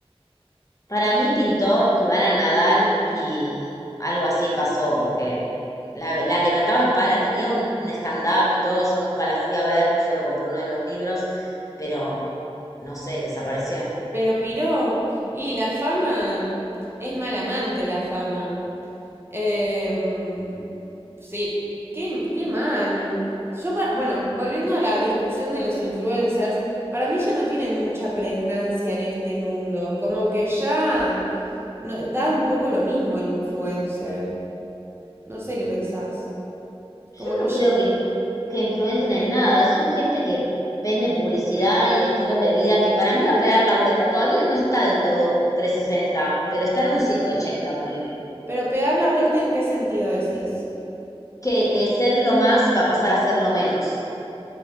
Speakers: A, on the left; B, on the right.
A: Para mí pintó Ivana Nadal y algo así pasó, porque la, la levantaba en pala, tenía un, un stand-up y todo, yo nunca la fui a ver, solo compré uno de los libros, pero no sé, desapareció.
B: Pero piró. Y la fama es mal amante, la fama. Em, sí, qué, qué mal. Yo, pa- bueno, volviendo a la discusión de los influencers, para mí ya no tienen mucha pregnancia en este mundo. Como que ya. No, da un poco lo mismo el influencer. No sé qué pensás. Como
A: Yo
B: que
A: no
B: yo-
A: creo que que influencen en nada, son gente que vende publicidad y estilos de vida que para mí va a pegar la vuelta. Todavía no está del todo 360, pero está en un 180 ponele.
B: Pero pegar la vuelta, ¿en qué sentido decís?
A: Que de ser lo más va a pasar a ser lo menos.